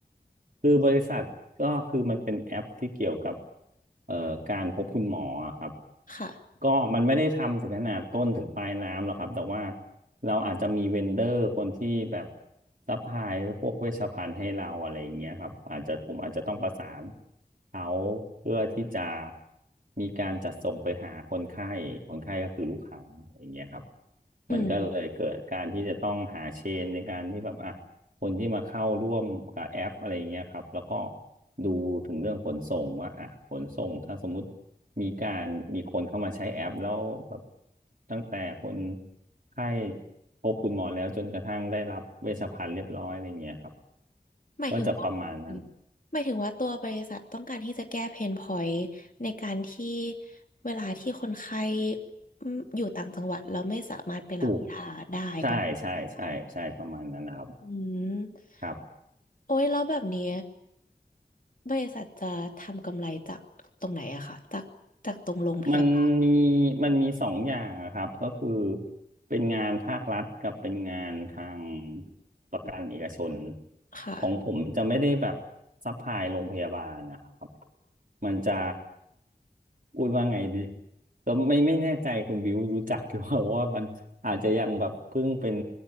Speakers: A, on the right; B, on the left.
A: คือบริษัทก็คือมันเป็นแอปที่เกี่ยวกับเอ่อการพบคุณหมออะครับ
B: ค่ะ
A: ก็มันไม่ได้ทำถึงขนาดต้นถึงปลายน้ำหรอกครับแต่ว่าเราอาจจะมีเวนเดอร์คนที่แบบซัพพลายพวกเวชภัณฑ์ให้เราอะไรอย่างเงี้ยครับอาจจะผมอาจจะต้องประสานเขาเพื่อที่จะมีการจัดส่งไปหาคนไข้คนไข้ก็คือลูกค้าอะไรอย่างเงี้ยครับ
B: อืม
A: มันก็เลยเกิดการที่จะต้องหาเชนในการที่แบบอ่ะ คนที่มาเข้าร่วมกับแอปอะไรอย่างเงี้ยครับแล้วก็ดูถึงเรื่องขนส่งว่าอ่ะขนส่งถ้าสมมุติมีการมีคนเข้ามาใช้แอปแล้วแบบตั้งแต่คนไข้พบคุณหมอแล้วจนกระทั่งได้รับเวชภัณฑ์เรียบร้อยอะไรอย่างเงี้ยครับ
B: หมายถึงว่าอืม
A: ก็จะประมาณนั้น
B: หมายถึงว่าตัวบริษัทต้องการที่จะแก้เพนพอยต์ในการที่เวลาที่คนไข้อืมอยู่ต่างจังหวัดแล้วไม่สามารถไปรับยาได้ประมาณนี้ค่ะ
A: ถูกใช่ใช่ใช่ใช่ประมาณนั้นนะครับ
B: อืม
A: ครับ
B: โอ้ยแล้วแบบนี้บริษัทจะทำกำไรจากตรงไหนอะค่ะจากจากตรงโรงพยาบาล
A: มันมีมันมีสองอย่างอะครับก็คือเป็นงานภาครัฐกับเป็นงานทางประกันเอกชน
B: ค่ะ
A: ของผมจะไม่ได้แบบซัพพลายโรงพยาบาลนะครับมันจะพูดว่าไงดีแล้วไม่ไม่แน่ใจคุณบิวรู้จักหรือเปล่าเพราะว่ามันอาจจะยังแบบเพิ่งเป็น